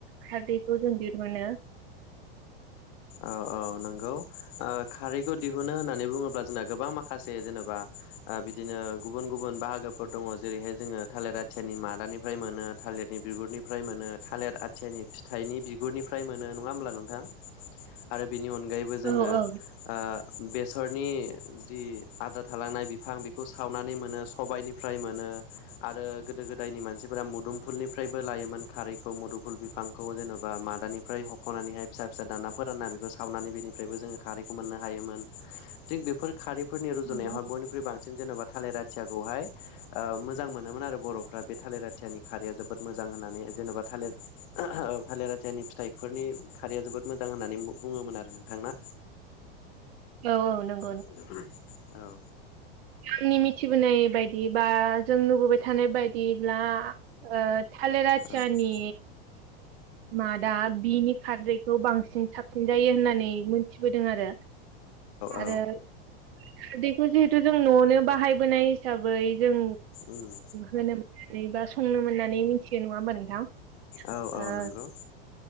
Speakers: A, on the right; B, on the left.
A: खारदैखौ जों दिरुनो
B: औ औ नोंगौ ओ खारैखौ दिहुनो होननानै बुङोब्ला जोंना गोबां माखासे जेनेबा ओ बिदिनो गुबुन गुबुन बाहागोफोर दङ जेरैहाय जोङो थालिर आथियानि मादानि निफ्राय मोनो थालिरनि बिगुरनिफ्राय मोनो थालिर आथियानि फिथाइनि बिगुरनिफ्राय मोनो नङा होमब्ला नोंथां आरो बेनि अनगायैबो जोङो
A: औ औ
B: ओ बेसरनि जि आदार थालांनाय बिफां बेखौ सावनानै मोनो सबायनिफ्राय मोनो आरो गोदो गोदायनि मानसिफोरा मुदुमफुलनिफ्रायबो लायोमोन खारैखौ मुदुमफुल बि बिफांखौ जेनेबा मादानिफ्राय हख'नानैहाय फिसा फिसा दानना फोराना बेखौ सावनानै बेनिफ्रायबो जोङो आरैखौ मोननो होयोमोन खारैफोरनि
A: नंगौ
B: रुजुनायावहा बयनिख्रुय बा जों जेनेबा थालिर आथियाखौहाय ओ मोजां मोनोन आरो बर'फ्रा बे थालिर आथियानि खारिया जोबोद जोबोद मोजां होननानै जेन'बा थालिर <unintelligible> थालिर आथियानि फिथाइफोरनि खारैया जोबोद मोजां होननानै बुङोमोन आरो नोंथांना
A: औ औ नोंग
B: <unintelligible> औ
A: आनि मिथिबोनाय बायदि बा जों नुबोबाय थानाय बायदिब्ला ओ थालिराथियानि
B: औ
A: मादा बिनि खारादैखौ बांसिन साबसिन जायो होननानै मोनथिबोदों आरो
B: औ
A: आरो दिखु जि न'नो बाहायबोनाय हिसाबै जों
B: उम
A: होनो बा संनो मोननानै मिथियो नंङा होमबा नोंथां
B: औ औ
A: ओ
B: नोंगौ